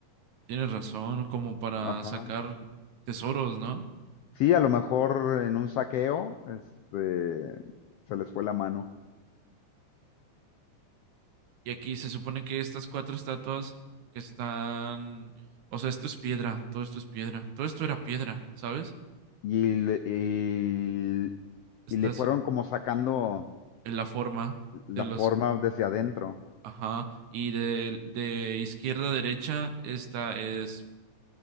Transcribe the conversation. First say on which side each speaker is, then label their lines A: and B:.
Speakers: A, on the right; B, on the left.
A: tienes razón, como para
B: Ajá.
A: sacar tesoros, ¿no?
B: Sí, a lo mejor en un saqueo, este, se les fue la mano
A: Y aquí se supone que estas cuatro estatuas que están, o sea, esto es piedra, todo esto es piedra, todo esto era piedra, ¿sabes?
B: y, le- y-
A: Está
B: y le
A: así,
B: fueron como sacando
A: en la forma de
B: la
A: los
B: forma desde adentro.
A: Ajá, y de, de izquierda a derecha, esta es